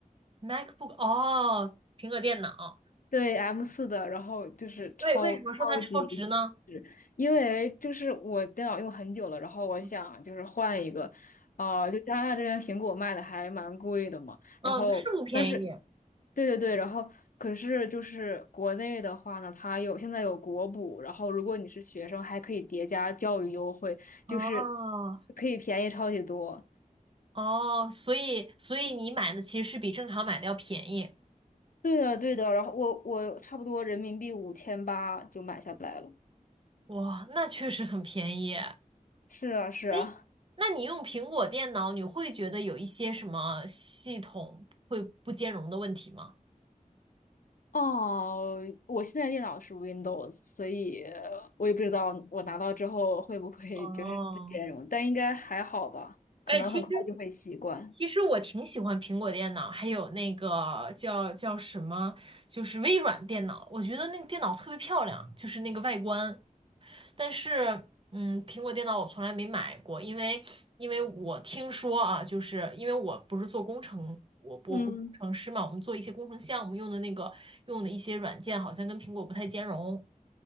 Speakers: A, on the right; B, on the left.
A: ？MacBook 哦，苹果电脑。
B: 对 M 四的，然后就是超，
A: 为为什么说它超值呢？
B: 超级是。因为就是我电脑用很久了，然后我想就是换一个，
A: 嗯
B: 啊、就加拿大这边苹果卖的还蛮贵的嘛，然后但是，
A: 嗯，它是不便宜。
B: 对对对，然后可是就是国内的话呢，它有现在有国补，然后如果你是学生，还可以叠加教育优惠，就是
A: 哦
B: 可以便宜超级多。
A: 哦，所以所以你买的其实是比正常买的要便宜。
B: 对的对的，然后我我差不多人民币五千八就买下来了。
A: 哇，那确实很便宜。
B: 是啊是啊。
A: 哎，那你用苹果电脑，你会觉得有一些什么系统会不兼容的问题吗？
B: 哦，我现在电脑是 Windows，所以我也不知道我拿到之后会不会就是
A: 哦，
B: <laughs> 不兼容，但应该还好吧，可能很快就会习惯。
A: 哎，其实其实我挺喜欢苹果电脑，还有那个叫叫什么，就是微软电脑，我觉得那个电脑特别漂亮，就是那个外观。但是，嗯，苹果电脑我从来没买过，因为因为我听说啊，就是因为我不是做工程，我我不是工程师嘛，
B: 嗯，
A: 我们做一些工程项目用的那个用的一些软件好像跟苹果不太兼容，